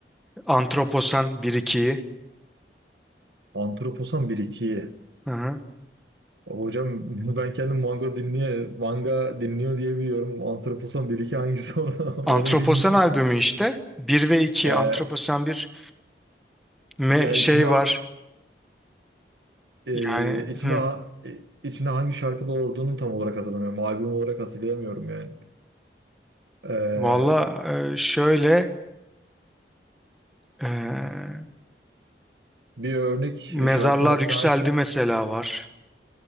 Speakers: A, in the centre; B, on the right.
A: Antroposan bir ikiyi.
B: Antroposan bir 2yi
A: Hı hı.
B: Hocam <laughs> ben kendim manga dinliyor, manga dinliyor diye biliyorum. Antroposan bir iki hangisi onu, <laughs> onu
A: Antroposan
B: bilmiyorum.
A: albümü işte. bir ve 2.
B: E,
A: Antroposan bir me
B: ya
A: şey
B: içinde
A: var.
B: e,
A: Yani
B: içinde
A: hı.
B: e, içinde hangi şarkılar olduğunu tam olarak hatırlamıyorum. Albüm olarak hatırlayamıyorum yani. E,
A: Valla e, şöyle e,
B: Bir örnek
A: Mezarlar
B: e, şarkı mesela
A: Yükseldi
B: hangisi?
A: mesela var.